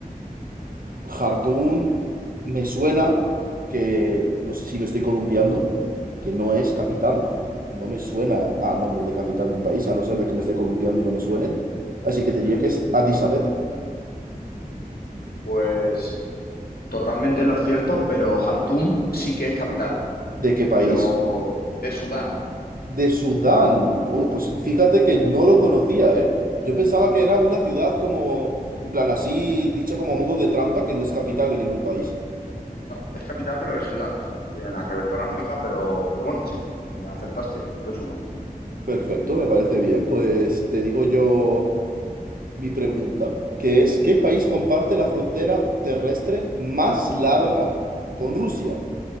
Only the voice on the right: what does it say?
Jartún me suena que, no sé si me estoy columpiando, que no es capital. No me suena a nombre de capital de un país, a no ser de que me esté columpiando y no me suene. Así que
te diría que es Addis Abeba.
¿De qué país?
De Sudán. Oh, pues fíjate que no lo conocía, ¿eh? Yo pensaba que era una ciudad como, en plan así, dicha como a modo de trampa, que no es capital de ningún país.
Perfecto, me parece bien. Pues te digo yo. mi pregunta, que es, ¿qué país comparte la frontera terrestre más larga con Rusia?